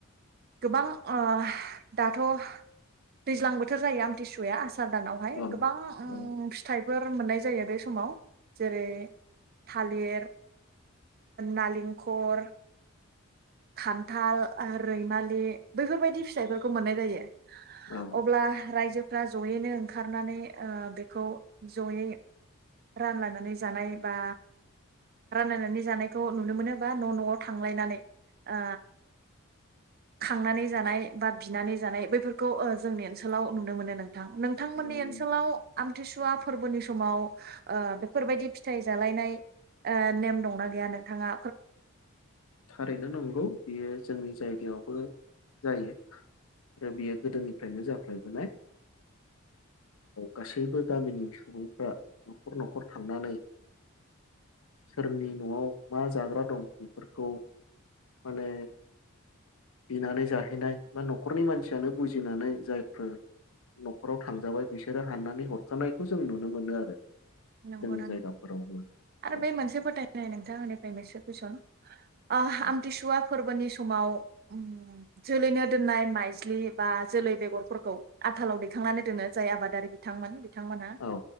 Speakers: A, on the right (about 45°); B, on the left (about 80°).
A: गोबां ओ दाथ' दैज्लां बोथोर जायो आमथिसुवआ आस सादानावहाय
B: औ
A: गोबां
B: औ
A: फिथाइफोर मोननाय जायो बे समाव जेरै थालिर नालेंखर खान्थाल रैमालि बैफोरबायदि फिथाइफोरखौ मोननाय जायो।
B: नंगौ
A: अब्ला रायजो फ्रा जयैनो ओंखारनानै ओ बेखौ जयै रानलायनानै जानाय बा रानलायनानै जानायखौ नुनो मोनोबा न' न'आव थांलायनानै ओ खांनानै जानाय बा बिनानै जानाय बैफोर खौ जोंनि ओनसोलाव नुनो मोनो नों नोंथांमोननि
B: नंगौ।
A: ओनसोलाव आमथिसु फसुवा फोरबोनि समाव ओ बेफोरबायदि फिथाइ जालायनाय ओ नेम दंना गैया नोंथांङा
B: थारैनो नंगौ बियो जोंनि जायगायावबो जायो आरो बियो गोदोनिफ्रायनो जाफ्लायबाय गासैबो गामिनि सुबुंफ्रा न'खर न'खर थांनानै सोरनि न'आव मा जाग्रा दं बेफोरखौ माने बिनानै जाहैनाय बा न'खरनि मानसियानो बुजिनानै जायफोर न'खराव थांजाबाय बिसोरो हाननानै हरखानायखौ जों नुनो मोनो आरो।
A: नंगौना
B: जोंनि जायगाफोरावबो
A: नोंथां आरो
B: औ
A: बे मोनसे फोथायनाय नोंथांनिफ्राय मोनसे कुइसन। ओ
B: औ
A: आमथिसुवा फोरबोनि समाव उम जोलैनो दोननाय माइज्लि बा जोलै बेगरफोरखौ आथालाव दैखांनानै दोनो जाय आबादारि बिथांमोन बिथांमोनहा
B: औ